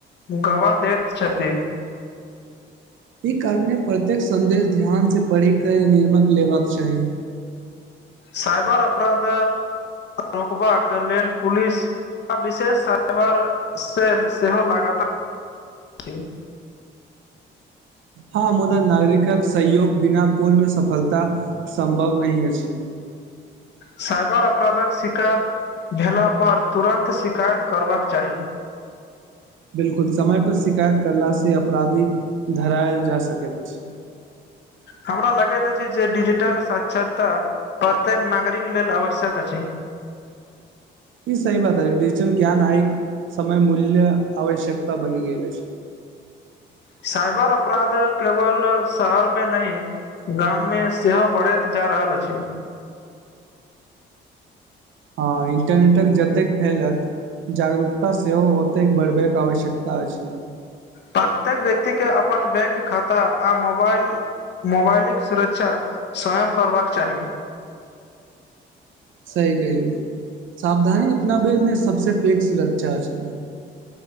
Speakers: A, on the left; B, on the right.
A: गवा दैत छथि
B: ई कारणे प्रत्येक सन्देश ध्यान से पढ़िक कऽ निर्मक लेबाक चाही
A: साइबर अपराध रोकबाक लेल पुलिस आ विशेष साइबर सेेल सेहो लगातार
B: हँ मुदा नागरिकक सहयोग बिना पूर्ण सफलता सम्भव नहि अछि
A: साइबर अपराधक शिकार भेलापर तुरन्त शिकायत करबाक चाही
B: बिल्कुल समय पर शिकायत करला से अपराधी धरायल जा सकैत अछि।
A: हमरा लगैत अछि जे डिजिटल साक्षरता प्रत्येक नागरिक लेल आवश्यक अछि
B: इ सही बात अछि हिजटल ज्ञान आइ समय मूल्य आवश्यकता बनि गेल अछि
A: साइबर अपराध केवल शहर मे नही गाम मे सेहो बढ़ैत जा रहल अछि
B: हँ इंटरनेटक जतेक फैलत जागरूकता सेहो ओतेक बढ़ब आवश्यकता अछि
A: प्रत्येक व्यक्ति के अपन बैंक खाता आ मोबाइल मोबाइलक सुरक्षा स्वयं करबाक चाही
B: सही कहलियौ सावधानी अपनाबै मे सभ से पैघ सुरक्षा छै